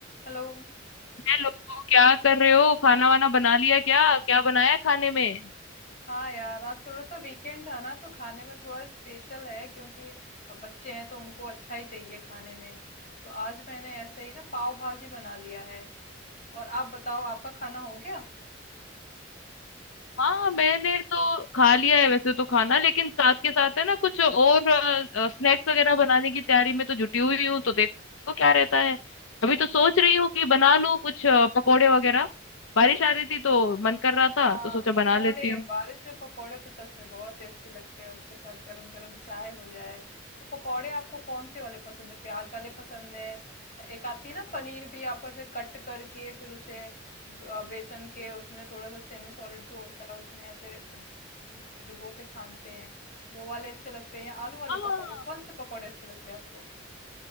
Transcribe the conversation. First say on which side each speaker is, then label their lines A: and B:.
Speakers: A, on the left; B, on the left.
A: Hello
B: Hello क्या कर रहे हो खाना वाना बना लिया क्या क्या बनाया है खाने में
A: हाँ यार आज थोड़ा सा वीकेंड था ना तो खाने में थोड़ा स्पेशल है क्योंकि अब बच्चे हैं तो उनको अच्छा ही चाहिए खाने में तो आज मैंने ऐसे ही ना पाव भाजी बना लिया है और आप बताओ आपका खाना हो गया
B: हाँ मैंने तो खा लिया है वैसे तो खाना लेकिन साथ के साथ है ना कुछ और स्नैक्स वगैरह बनाने की तैयारी में तो जुटी हुई हूँ तो देखो क्या रहता है अभी तो सोच रही हूँ कि बना लूँ कुछ अ, पकोड़े वगैरह बारिश आ रही थी तो मन कर रहा था
A: हाँ
B: तो सोचा बना
A: पकोड़े
B: लेती हूँ
A: बारिश में पकोड़े तो सच में बहुत टेस्टी लगते हैं उसके साथ गरम गरम चाय हो जाए तो पकोड़े आपको कौन से वाले पसंद है प्याज वाले पसंद है या एक आती है ना पनीर भी आपको ऐसे कट करके फिर उसे ब- अ, बेसन के उसमें थोड़ा सा सेमी सॉलिड जो होता है उसमें ऐसे डु- डुबो के छानते हैं वो वाले अच्छे लगते हैं या आलू वाले
B: हाँ,
A: पकोड़े कौन से पकोड़े अच्छे लगते हैं आपको